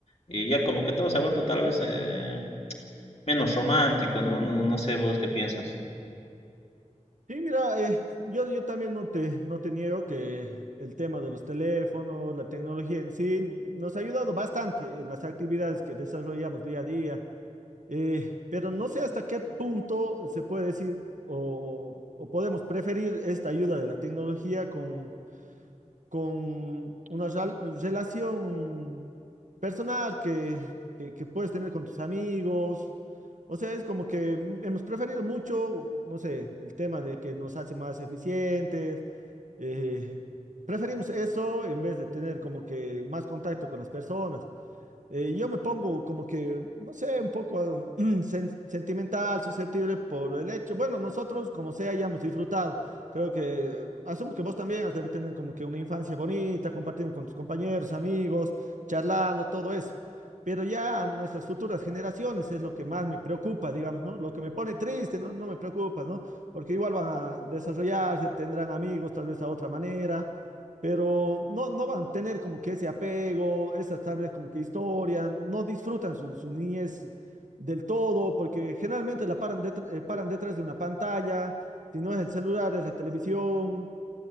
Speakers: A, on the left; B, on the right.
A: Y ya como que todo se ha vuelto tal vez eh, menos romántico, ¿no? No, no sé vos qué piensas.
B: y mira, eh, yo, yo también no te, no te niego que el tema de los teléfonos, la tecnología en sí, nos ha ayudado bastante en las actividades que desarrollamos día a día. Eh, pero no sé hasta qué punto se puede decir o, o podemos preferir esta ayuda de la tecnología con, con una rel- relación personal que, que, que puedes tener con tus amigos. O sea, es como que mm, hemos preferido mucho, no sé, el tema de que nos hace más eficientes. eh, preferimos eso en vez de tener como que más contacto con las personas eh, yo me pongo como que, no sé, un poco <clears throat> sen- sentimental, susceptible por el hecho. Bueno, nosotros, como sea, hayamos disfrutado. Creo que, asumo que vos también has de tener como que una infancia bonita, compartiendo con tus compañeros, amigos, charlando, todo eso. Pero ya nuestras futuras generaciones es lo que más me preocupa, digamos, ¿no? Lo que me pone triste, no, no me preocupa, ¿no? Porque igual van a desarrollarse, tendrán amigos tal vez a otra manera pero no, no van a tener como que ese apego, esas tablas como que historia, no disfrutan su, su niñez del todo, porque generalmente la paran, detr- eh, paran detrás de una pantalla, si no es el celular, es la televisión,